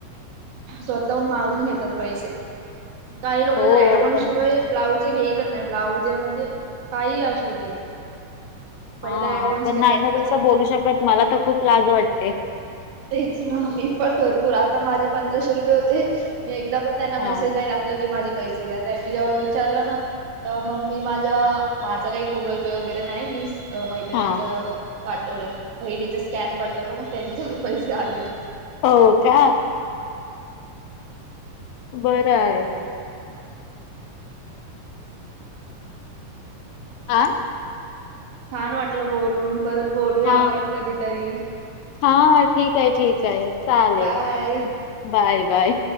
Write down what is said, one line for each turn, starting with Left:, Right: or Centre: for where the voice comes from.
Right: स्वतःहून मागून घेतात पैसे काही लोक
Left: हो
Right: तर ऍडव्हान्स
Left: पण
Right: शिवाय ब्लाऊज घेतच नाही ब्लाऊजे म्हण म्हण काही असू दे पहिला
Left: हा
Right: ऍडव्हान्स
Left: आपण
Right: घेतात
Left: नाही ना
Right: मग
Left: तुस बोलू शकत मला तर खूप लाज वाटते
Right: तेच ना मी पण भरपूर आता माझे पंधराशे रुपये होते मी एकदा पण त्यांना
Left: हा
Right: मेसेज नाही टाकलं की माझे पैसे द्या त्यांनी जेव्हा विचारलं ना तर मग मी माझा माझं काही गुगल पे वगैरे नाही मीस मैत्रिणीच
Left: हा
Right: पाठवलं बहिणीच स्कॅन पाठवलं मग त्यांच्यावर पैसे आले
Left: हो का
Right: हा
Left: बरं आहे
Right: हा
Left: आ
Right: छान वाटलं बोलून परत बोलूया
Left: हा
Right: आपण कधीतरी
Left: हा हा ठीक आहे ठीक काय चालेल
Right: बाय
Left: बाय बाय